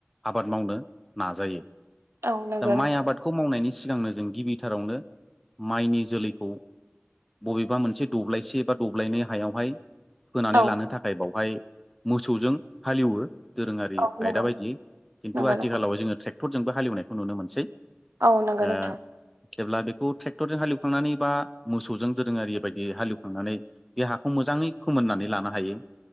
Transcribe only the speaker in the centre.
आबाद मावनो नाजायो
दा
माइ आबादखौ मावनायनि सिगांनो जों गिबिथारावनो माइनि जोलैखौ बबेबा मोनसे दब्लायसे बा दब्लायनै हायावहाय होनानै
लानो थाखाय बावहाय मोसौजों हालेवो दोरोङारि
आयदा बायदियै खिन्थु
आथिखालाव जोङो ट्रेक् टरजोंबो हालेवनायखौ नुनो मोनसै
ओ
जेब्ला बेखौ ट्रेक्टरजों हालेवखांनानै बा मोसौजों दोरोङारि बायदि हालेवखांनानै बे हाखौ मोजाङै फोमोननानै लानो हायो